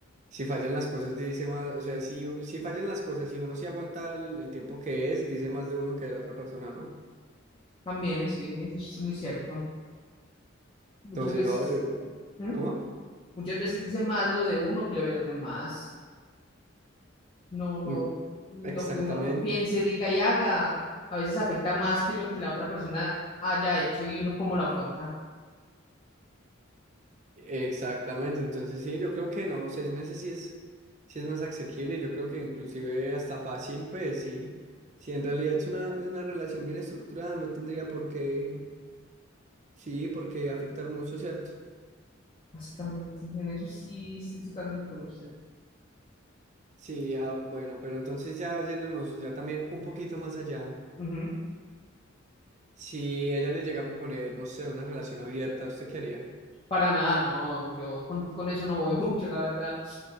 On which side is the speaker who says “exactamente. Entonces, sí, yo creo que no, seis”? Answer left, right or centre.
Right